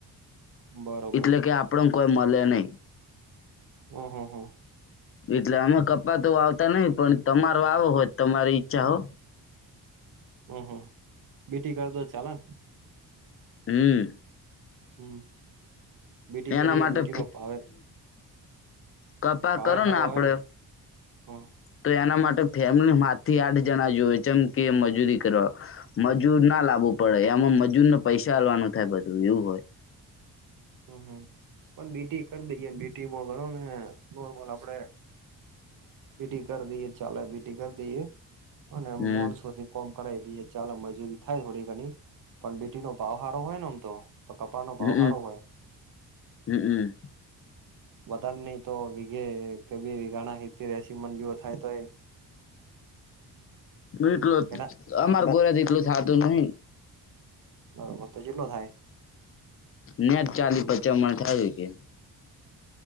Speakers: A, on the right (about 55°); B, on the left (about 35°).
A: બરોબર
B: એટલે કે આપણ ન કોઈ મળ નહી.
A: અહં
B: એટલે અમે કપ્પા તો વાવતા નહી પણ તમાર વાવો હોય તો તમારી ઈચ્છા હો.
A: હમ હ બીટી કરતો ચાલે ને?
B: હમ.
A: હમ બીટી
B: એના
A: કરીએ
B: માટે
A: બીટી નો ભાવે
B: કપાહ
A: ભાવે
B: કરો
A: હારો
B: ન આપડે.
A: હોય ને હમ
B: તો એના માટે ફેમિલી માથી આઠ જણા જોવે ચમ કે મજૂરી કરવા. મજૂર ના લાવવું પડ એમાં મજૂરને પૈસા આલવાનું થાય બધું એવું હોય.
A: હમ હમ પણ બીટી કરી દઈએ ન બીટીમાં ગણો ને નોર્મલ આપડે. બીટી કરી દઈએ ચાલે બીટી કરી દઈએ અને
B: હમ
A: માણસોથી. કોમ કરાવી દઈએ ચાલ મજૂરી થાય થોડી ઘણી પણ બીટી નો ભાવ હારો હોય ને આમ તો તો કપાનો ભાવ
B: હમ
A: હારો હોય.
B: હમ હમ
A: વઘારે નહી તો વિઘે કે બે વિઘાના હિતેર એસી મંજૂર થી તો એ
B: એટલ
A: કેના
B: અમાર કોઈ થાતું નહિ
A: બરોબર તો ચેટલો થાય?
B: નેટ ચાલી પચા મણ થઇ હકે